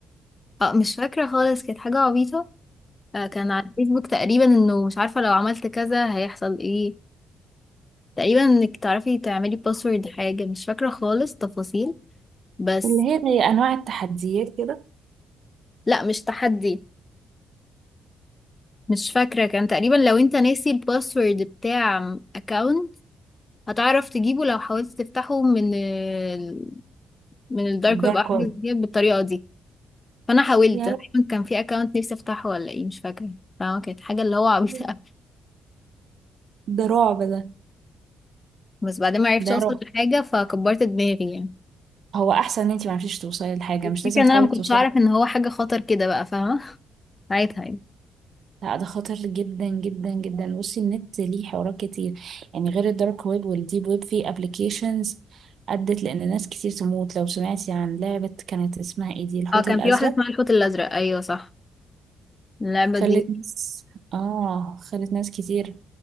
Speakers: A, on the left (about 25°); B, on the right (about 60°).
A: اه مش فاكرة خالص كانت حاجة عبيطة آه، كان على الفيسبوك تقريبا انه مش عارفة لو عملت كذا هيحصل ايه تقريبا انك تعرفي تعملي باسورد حاجة مش فاكرة خالص تفاصيل بس
B: اللي هي زي أنواع التحديات كده
A: لا مش تحدي مش فاكرة كان تقريبا لو انت ناسي الباسورد بتاع اكاونت هتعرف تجيبه لو حاولت تفتحه من ال... من الدارك
B: دارك
A: ويب او حاجة
B: ويب
A: زي كده بالطريقة دي فانا حاولت
B: يا
A: أنا تقريبا كان في اكاونت نفسي افتحه ولا ايه مش فاكرة فكانت حاجة اللي هو عبيطة
B: لهوي
A: أوي.
B: ده رعب ده
A: بس بعدين ما عرفتش
B: ده
A: اوصل
B: رعب
A: لحاجة فكبرت دماغي يعني
B: هو أحسن إن أنتي معرفتيش توصلي لحاجة
A: الفكرة
B: مش لازم
A: ان
B: تحاولي
A: انا ما
B: توصلي
A: كنتش اعرف ان هو حاجة خطر كده بقى فاهمة ساعتها يعني
B: لا ده خطر جدا جدا جدا بصي النت ليه حوارات كتير يعني غير الدارك ويب والديب ويب في أبليكيشنز أدت لأن ناس كتير تموت لو سمعتي عن لعبة كانت اسمها إيه دي الحوت
A: اه كان
B: الأزرق
A: في واحدة اسمها الحوت الازرق ايوه صح اللعبة
B: خلت
A: دي
B: ناس آه خلت ناس كتير